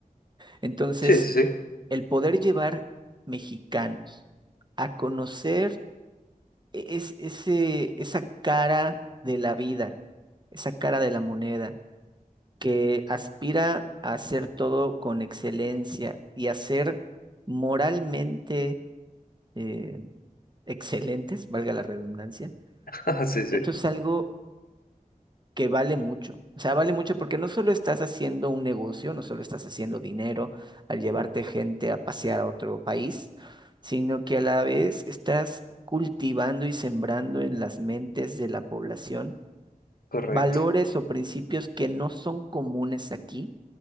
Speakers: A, on the right (about 30°); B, on the left (about 85°).
A: Entonces,
B: sí, sí, sí,
A: el poder llevar mexicanos a conocer e- es, ese, esa cara de la vida, esa cara de la moneda, que aspira a hacer todo con excelencia y a ser moralmente eh, excelentes, valga la redundancia,
B: <laughs> Ajá, sí, sí,
A: esto es algo que vale mucho. O sea, vale mucho porque no solo estás haciendo un negocio, no solo estás haciendo dinero al llevarte gente a pasear a otro país, sino que a la vez estás cultivando y sembrando en las mentes de la población
B: correcto.
A: valores o principios que no son comunes aquí,